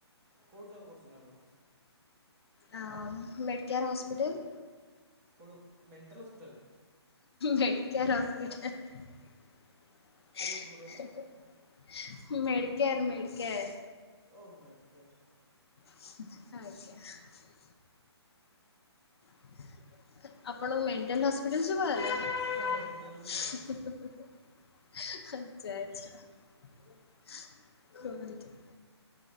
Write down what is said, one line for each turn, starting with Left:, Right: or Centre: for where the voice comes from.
Right: କୋଉଠି ଜବ୍ କରୁଚନ୍ତି ଆପଣ?
Left: ଆଉ ମେଡକେୟାର୍ ହସ୍ପିଟାଲ।
Right: କଣ ମେଣ୍ଟାଲ ହସ୍ପିଟାଲ?
Left: ମେଡକେୟାର ହସ୍ପିଟାଲ।
Right: କେଉଁ ହସ୍ପିଟାଲ କହିଲେ
Left: <unintelligible> Medcare Medcare.
Right: ଓ ମେଡକେୟାର।
Left: <unintelligible> ଆଜ୍ଞା। ଆପଣଙ୍କୁ ମେଣ୍ଟାଲ ହ ସ୍ପିଟାଲ
Right: ହଁ ମେଣ୍ଟାଲ୍
Left: ଶୁବା
Right: ହସ୍ପିଟାଲ ମୋତେ
Left: ଗଲା। <unintelligible> ଆଚ୍ଛା ଆଚ୍ଛା କୁହନ୍ତୁ।